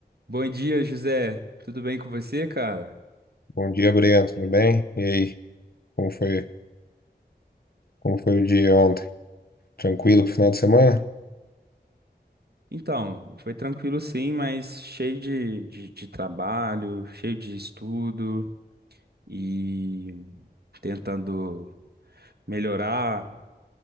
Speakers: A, on the right; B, on the left.
A: Bom dia, José. Tudo bem com você, cara?
B: Bom dia, Breno. Tudo bem? E aí? Como foi, como foi o dia ontem? Tranquilo pro final de semana?
A: Então, foi tranquilo sim, mas cheio de, de, de trabalho, cheio de estudo e tentando melhorar